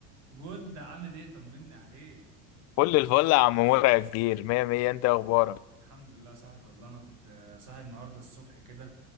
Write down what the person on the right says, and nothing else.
بود عامل ايه طمني عليك
الحمد لله يا صاحبي والله انا كنت آه، صاحي النهارده الصبح كده